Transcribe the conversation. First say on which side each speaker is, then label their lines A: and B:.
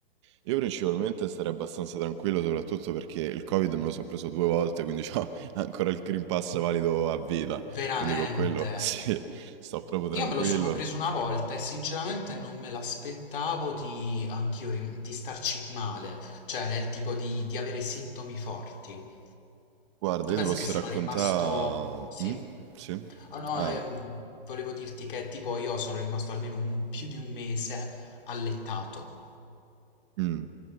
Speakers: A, on the right; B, on the left.
A: io principalmente starei abbastanza tranquillo, soprattutto perché il Covid me lo sono preso due volte, quindi ho <laughs> ancora il Green Pass valido a vita.
B: Veramente?
A: Quindi con quello, <laughs> sì, sto proprio
B: Io
A: tranquillo.
B: me lo sono preso una volta e sinceramente non me l'aspettavo di, anch'io rim- di starci male, cioè nel tipo di, di avere sintomi forti.
A: Guarda,
B: Tu
A: io
B: pensa
A: ti posso
B: che sono
A: raccontare...
B: rimasto... Sì.
A: Mm? Sì?
B: Ah, no,
A: Ah,
B: ehm, volevo dirti che tipo io sono rimasto almeno un- più di un mese allettato.
A: Mh.